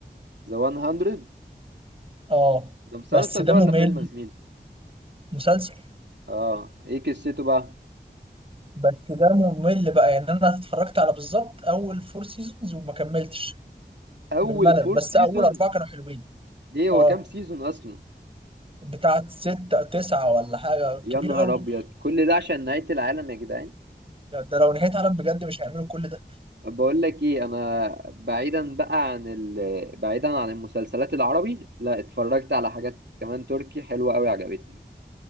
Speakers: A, on the right; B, on the right.
A: ذا 100
B: اه
A: ده مسلسل
B: بس ده
A: ده
B: ممل
A: ولا فيلم يا زميلي
B: مسلسل
A: اه ايه قصته بقى
B: بس ده ممل بقى يعني أنا اتفرجت على بالظبط أول فور سيزونز وما كملتش
A: اول
B: من الملل
A: فور
B: بس
A: سيزونز
B: أول أربعة كانوا حلوين
A: ليه هو
B: اه
A: كام سيزون اصلا
B: بتاعت ستة تسعة ولا حاجة
A: يا
B: كبير
A: نهار
B: قوي
A: ابيض كل ده عشان نهاية العالم يا جدعان
B: ده لو نهاية عالم بجد مش هيعملوا كل ده
A: بقول لك ايه انا بعيدا بقى عن ال... بعيدا عن المسلسلات العربي لا اتفرجت على حاجات كمان تركي حلوة قوي عجبتني